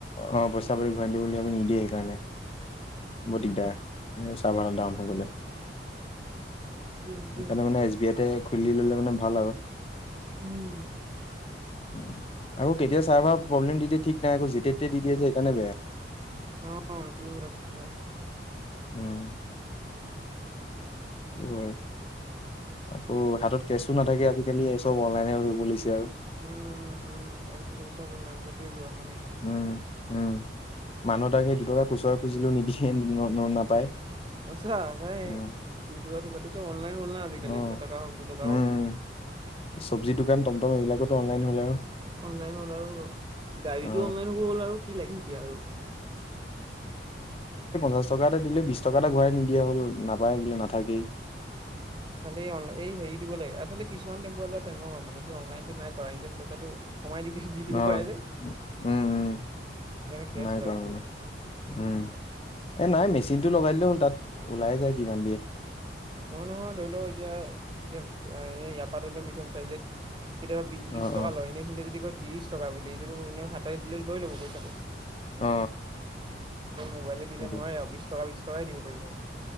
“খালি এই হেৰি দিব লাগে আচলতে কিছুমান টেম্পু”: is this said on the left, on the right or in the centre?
Right